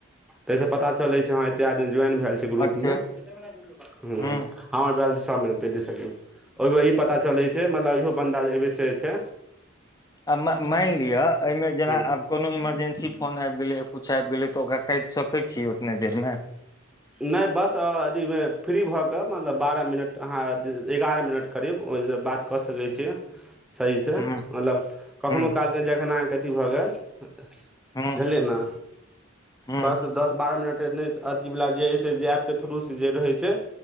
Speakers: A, in the centre; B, on the left (about 20°).
A: तैय स पता चलै छैय ह एते आदमी ज्वाइन भेल छैय ग्रुप
B: अच्छा
A: मे हुँ
B: ह
A: हँ भए छैय छह मिनट पैंतीस सेकेण्ड ओहिमे ई पता चलै छै मतलब इहो बन्दा अएहिबे से छैय
B: आ मै-मैनलिअ एहिमे जेना
A: हूँ
B: आब कोनो इमरजेंसी फोन अैब गेलै या कुछ अैब गेलै तऽ ओकरा कैट सकै छियै ओतने देर में
A: नैह बस अथी फ्री भऽ कऽ मतलब बारह मिनट अहाँ य एगारह मिनट करीब ओहिस बात कऽ सकैय छी सही से मतलब
B: हूँ
A: कखनोउ
B: हूँ
A: कालके जखन अहाँके अथी भऽ गेल बुझलियै
B: हूँ
A: न
B: हूँ
A: बस दस बारह मिनट ऐने इवला जे ऐसे जे एप के थ्रू से जे रहैय छैय